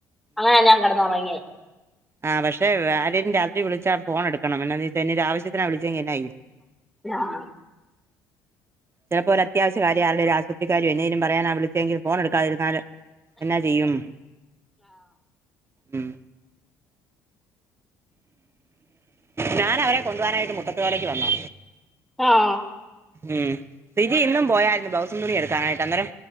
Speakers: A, in the centre; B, on the right (about 25°).
A: അങ്ങനെ ഞാൻ കിടന്നിറങ്ങി
B: ആ പക്ഷേ ആരേലും രാത്രി വിളിച്ചാ ഫോ എടുക്കണം എന്നാന്ന് വെച്ചാൽ ഒരു ആവശ്യത്തിനെ വിളിച്ചെങ്കിന ന്നായ്യും
A: ആഹ്
B: ചിലപ്പോര് അത്യാവഷ്യ ആരുടെ ഒരു ആശുപത്രി കാര്യം എന്തേിലും പറയാൻ വിളിച്ചെങ്കില ഫോന് എടുക്കാതിരുന്നല് എന്നാ ചെയ്യും ഉം ഞൻ അവരെ കൊണ്ട പോനായിട്ട് മുട്ടത്ത പോലേക്ക് വന്നോ
A: ആഹ്
B: ഉം സിജി ഇന്നും പോയരുന്നു ബ്ലൗസന്നുംടി എടുക്കാനായിട്ട് അന്നേരം